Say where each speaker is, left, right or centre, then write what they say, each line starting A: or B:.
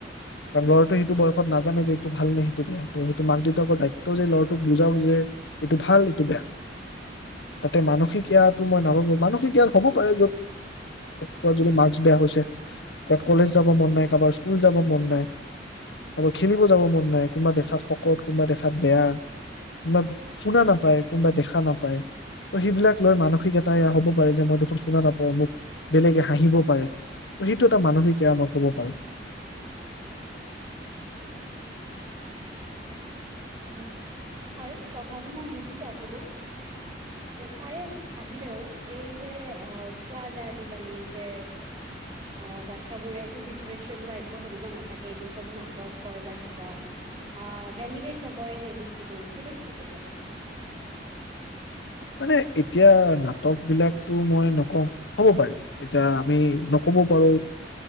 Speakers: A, on the left; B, on the right.
A: কাৰণ ল'ৰাটোৱে সেইটো বয়সত নাজানে যে এইটো ভাল নে সেইটো বেয়া ত, সেইটো মাক দেউতাকৰ দায়িত্ব যে ল'ৰাটোক বুজাও যে এইটো ভাল এইটো বেয়া, তাতে মানসিক এয়াটো মই নাভাবো মানিক - কিন্তু হ'ব পাৰে য'ত, কাত যদি মাৰ্ক্স বেয়া হৈছে, ক'ত কলেজ যাব মন নাই, কাৰোবাৰ স্কুল যাব মন নাই, কাৰোবাৰ খেলিব যাব মন নাই, কোনোবা দেখাত শকত, কোনোবা দেখাত বেয়া, কোনোবা শুনা নাপায়, কোনোবা দেখা নাপায়, ত সেইবিলাক লৈ মানসিক এটা এয়া হ'ব - বা এইজে মই দেখোন শুনা নাপাওঁ মোক বেলেগে হাঁহিব পাৰে, সেইটো এটা মানসিক সেয়া মই কব পাৰো।
B: হয় হয় কথাবিলাক বুজিছো আপোনাৰ, তাৰে বাহিৰেও এই যে কোৱা যায় আজিকালি যে অ, বাচ্ছাবোৰে একো ডিপ্ৰেছন বা একো সেনেকুৱা নাথাকে এইবোৰ চব নাটক হয় বা কিবা ভেলিদেত নকৰে সেই বস্তুটো সেইটোত কি কব?
A: মানে এতিয়া নাটক বিলাকতো মই নকওঁ, হব পাৰিম এতিয়া আমি নকব পাৰো,